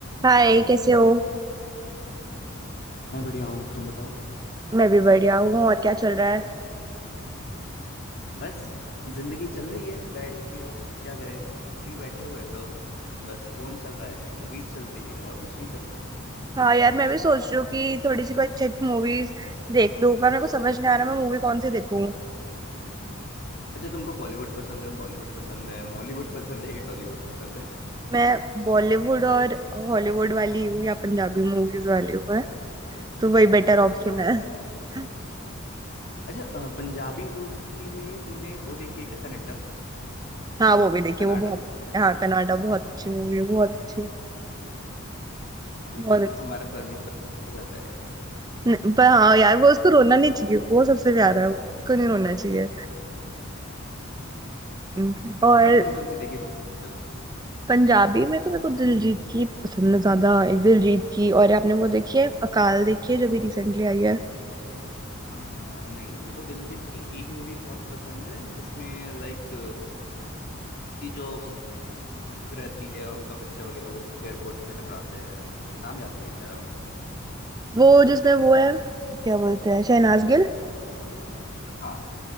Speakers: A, on the right; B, on the left.
A: हाय कैसे हो
B: मैं बढ़िया हूँ तुम बताओ
A: मैं भी बढ़िया हूँ और क्या चल रहा है
B: बस जिंदगी चल रही है बैठ के अब क्या करे फ्री बैठे हुए हैं तो अब बस फोन चल रहा है मूवीज चल रही है और कुछ नहीं चल रहा है
A: हाँ यार मैं भी सोच रही हूँ कि थोड़ी सी कोई अच्छी अच्छी मूवीज देख लूँ पर मेरे को समझ नहीं आ रहा मैं मूवी कौन सी देखूँ
B: अच्छा तुमको बॉलीवुड पसंद है हॉलीवुड पसंद है मॉलीवुड पसंद है या टॉलीवुड पसंद है
A: मैं बॉलीवुड और हॉलीवुड वाली हूँ या पंजाबी मूवीज वाली हूँ मैं तो वही बेटर
B: <laughs> हाँ
A: ऑप्शन है <laughs>
B: अच्छा अ, पंजाबी मूवी में तुमने वो देखी है क्या कनाडा
A: हाँ वो भी देखिए
B: कनाडा
A: वो बहुत हाँ कनाडा बहुत अच्छी मूवी है बहुत अच्छी
B: लेकिन
A: बहुत अच्छी
B: हमारा परमेश्वर मर जाता है यार
A: नहीं, पर हाँ यार वो उसको रोना नहीं चाहिए वो सबसे प्यारा है उसको नहीं रोना चाहिए हम्म, और
B: और कौन कौन सी देखी तुमने पंजाबी में
A: पंजाबी में तो मेरे को दिलजीत की पसंद है ज्यादा एक दिलजीत की और आपने वो देखी है अकाल देखी है जो भी रिसेंटली आई है
B: आ, नहीं मेरे को दिलजीत की एक मूवी बहुत पसंद है जिसमें लाइक उसकी जो वाइफ रहती है उनका बच्चा वगैरह वो एयरपोर्ट्स पे टकराते हैं नाम याद नहीं आ रहा मुझे
A: वो जिसमें वो है क्या बोलते हैं शहनाज गिल
B: हाँ